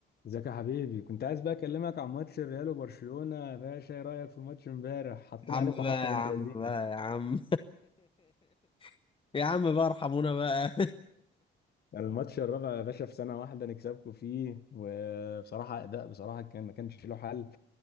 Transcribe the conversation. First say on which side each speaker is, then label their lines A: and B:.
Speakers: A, on the left (about 55°); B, on the left (about 25°).
A: ازيك يا حبيبي كنت عايز بقى اكلمك عن ماتش الريال وبرشلونة يا باشا ايه رأيك في ماتش امبارح حطينا
B: يا عم
A: عليكم
B: بقى
A: حطة
B: يا
A: بنت
B: عم
A: لذينة
B: بقى يا عم <laughs> يا عم بقى ارحمونا بقى
A: يعني الماتش الرابع يا باشا في سنة واحدة نكسبكم فيه وبصراحة أداء بصراحة كان ما كانش له حل